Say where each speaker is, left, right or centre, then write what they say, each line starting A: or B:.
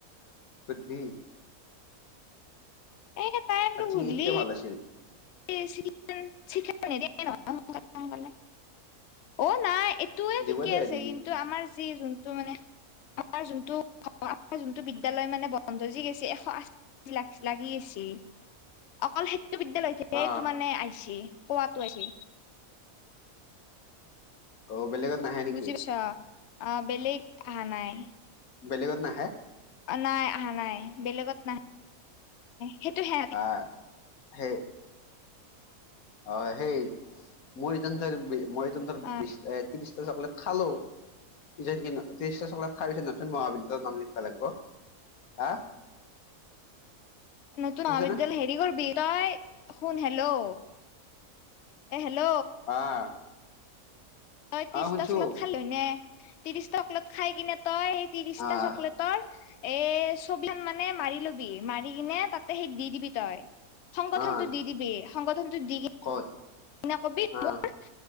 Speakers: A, on the left; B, on the left.
A: বুদ্ধি
B: এ তাই আৰু
A: তাতচেলি
B: সুধলি
A: এইটোৱে ভাল আছিল
B: <unintelligible> অ নাই তোয়ে
A: দিব
B: ঠিকে
A: দে
B: আছে
A: দিবি
B: কিন্তু আমাৰ যি যোনটো মানে আমাৰ যোনটো আমাৰ যোনটো বিদ্যালয় মানে বন গজি গেছে এশ আশ লাগি আছে অকল হেতু বিদ্যালয় সেইটো
A: অ
B: মানে আইছি পোৱাতো আইছে।
A: অ বেলেগত নাহে নিকি?
B: বুজি পাইছা অ বেলেগ আহা নাই।
A: বেলেগত নাহে
B: নাই অহা নাই বেলেগত নাহ। সেইটো সে
A: আহ সেই অ সেই মোৰ ইজন যে মই ইজন ধৰ
B: অ
A: বি ত্ৰিশ চকলেট খালো। যে কি না ত্ৰিছটা চকলেট খাইছে নতুন মহাবিদ্যা - নাম লিখবা লাগব হা।
B: নতুন
A: শুনছা
B: মহাবিদ্যালয়
A: না
B: হেৰি কৰিব তই শুন হেল্ল', হেল্ল,
A: আহ
B: তই ত্ৰিশটা
A: আহ শুনছো
B: চকলেত খালো নে ত্ৰিশটা চকলেত খাই কিনে, তই এই ত্ৰিশটা
A: আহ
B: চকলেটৰ এ ছবিখন মানে মাৰি লবি, মাৰি কিনে তাতে সেই দি দিবি তই। সংগঠনটো
A: আহ
B: দি দিবি, সংগঠনটো দি কিন-
A: ক'ত
B: না কবি
A: আহ
B: মোৰ,